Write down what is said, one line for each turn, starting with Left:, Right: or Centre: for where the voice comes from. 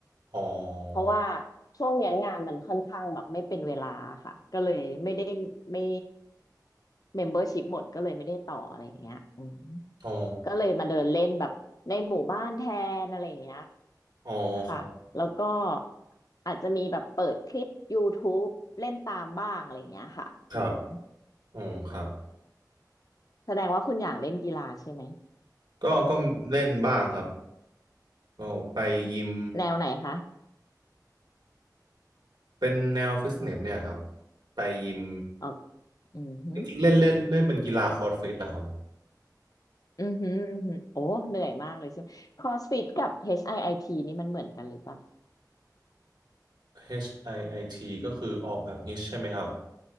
Right: อ๋อ
Left: เพราะว่าช่วงเนี้ยงานมันค่อนข้างแบบไม่เป็นเวลาค่ะก็เลยไม่ได้ไม่เมมเบอร์ชิพหมดก็เลยไม่ได้ต่ออะไรอย่างเงี้ยอืม
Right: อ๋อ
Left: ก็เลยมาเดินเล่นแบบในหมู่บ้านแทนอะไรอย่างเงี้ย
Right: อ๋อครับ
Left: ค่ะแล้วก็อาจจะมีแบบเปิดคลิป y o ท t บเล่นตามบ้างอะไรอย่างเงี้ยค่ะอืม
Right: ครับอ๋อครับ
Left: แสดงว่าคุณอย่างเล่นกีฬาใช่ไหม
Right: ก็ก็เล่นบ้างครับก็ไปยิม
Left: แนวไหนคะ
Right: เป็นแนวฟิตเนสเนี่ยครับไปยิม
Left: อ๋ออือหืออือหือ
Right: จริงๆเล่นเล่นเล่นเป็นกีฬาคอร์ดฟิตนะครับ
Left: อือหืออือหือโอ้เหนื่อยมากเลยใช่ไหมคอสฟิตกับ HIIT นี่มันเหมือนกันหรือเปล่า
Right: HIIT ก็คือออกแบบฮิตใช่ไหมครับ